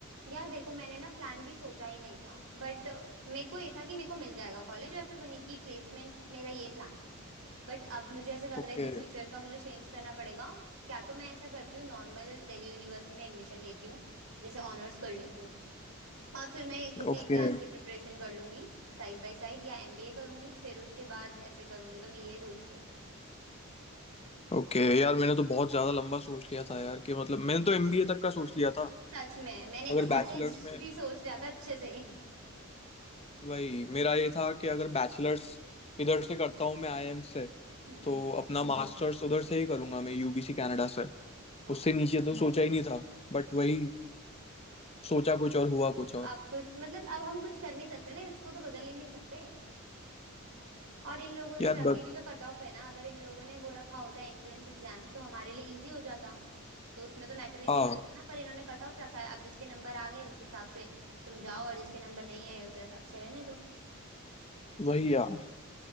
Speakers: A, on the right (about 70°); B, on the left (about 30°).
A: यार देखो मैंने ना प्लान भी सोचा ही नहीं था बट मेरे को ये था कि मेरे को मिल जाएगा कॉलेज और फिर वहीं की प्लेसमेंट मेरा ये प्लान था बट अब मुझे ऐसा लग
B: ओके
A: रहा है कि फ्यूचर का मुझे चेंज करना पड़ेगा क्या तो मैं ऐसा करती हूँ नॉर्मल दिल्ली यूनिवर्सिटी में एडमिशन लेती हूँ जैसे ऑनर्स कर लेती हूँ और फिर मैं किसी
B: ओके
A: एग्जाम की प्रिपरेशन कर लूंगी साइड बाय साइड या एमबीए करूंगी फिर उसके बाद ऐसे करूंगी तो मैं ये सोच रही हूँ
B: ओके यार मैंने तो बहुत ज्यादा लंबा सोच लिया था यार कि मतलब मैंने तो एमबीए तक का सोच लिया था
A: सच में मैंने
B: अगर
A: तो कॉलेज
B: बैचलर्स में
A: भी सोच लिया था अच्छे से <laughs>
B: वही मेरा ये था कि अगर बैचलर्स इधर से करता हूँ मैं आईआईएम से
A: हम्म
B: तो अपना मास्टर्स उधर से ही करूंगा मैं यूबीसी कनाडा से
A: वाह
B: उससे नीचे तो सोचा ही नहीं था बट वही सोचा कुछ और हुआ कुछ और
A: अब कुछ मतलब अब हम कुछ कर नहीं सकते ना इसको तो बदल ही नहीं सकते और इन लोगों ने
B: यार
A: रखी
B: बस
A: भी तो कट ऑफ है ना अगर इन लोगों ने वो रखा होता है एंट्रेंस एग्जाम तो हमारे लिए इजी हो जाता तो उसमें तो मैटर ही नहीं
B: हाँ
A: करता ना पर इन्होंने कट ऑफ रखा है अब जिसके नंबर आ गए उस हिसाब से तुम जाओ और जिसके नंबर नहीं आए उस हिसाब से रहने दो
B: वही यार